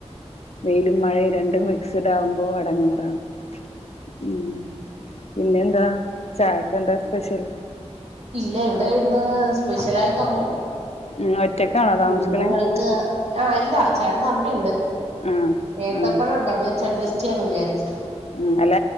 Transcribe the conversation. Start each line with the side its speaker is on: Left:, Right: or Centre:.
Left: വെയിലും മഴയും രണ്ടും മിക്സിഡ് ആകുമ്പോ അടങ്ങാറാണ് ഉം പിന്നെ എന്താ ചായക്ക് എന്താ സ്പെഷ്യൽ
Right: ഇല്ല ഇവിടെ ഇന്ന് സ്പെഷ്യൽ ആയിട്ടൊന്നുല്ല
Left: ഉം ഒറ്റക്കാണോ താമസിക്കണേ
Right: കുഞ്ഞുങ്ങൾക്ക് ആ ഇല്ല ചേട്ടന്റെ അമ്മയുണ്ട്
Left: ആഹ്
Right: ഏത്തപ്പഴമുണ്ട്
Left: ആഹ്
Right: അത് വെച്ച് അഡ്ജസ്റ്റ് ചെയ്യാന്ന് വിചാരിച്ചു
Left: ഉം അല്ല